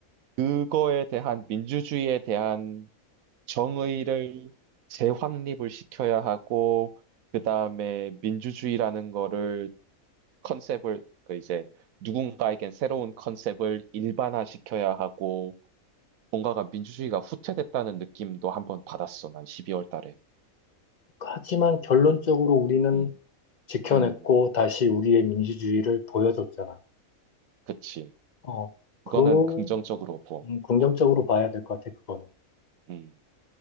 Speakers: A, on the right; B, on the left.
A: 그거에 대한 민주주의에 대한 정의를 재확립을 시켜야 하고, 그 다음에 민주주의라는 거를 컨셉을, 그 이제 누군가에겐 새로운 컨셉을 일반화시켜야 하고, 뭔가가 민주주의가 후퇴됐다는 느낌도 한번 받았어, 난 12월 달에.
B: 하지만 결론적으로 우리는
A: 음,
B: 지켜냈고
A: 음,
B: 다시 우리의 민주주의를 보여줬잖아.
A: 그치.
B: 어, 그,
A: 그거는 긍정적으로 보고.
B: 음, 긍정적으로
A: 어,
B: 봐야 될 것 같아, 그거는.
A: 음.